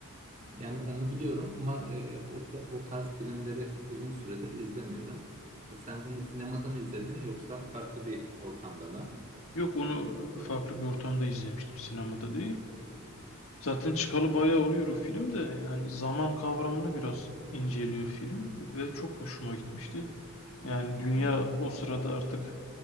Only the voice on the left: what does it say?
Yok onu farklı bir ortamda izlemiştim. Sinemada değil. Zaten çıkalı bayağı oluyor o film de yani zaman kavramını biraz inceliyor film ve çok hoşuma gitmişti. Yani dünya o sırada artık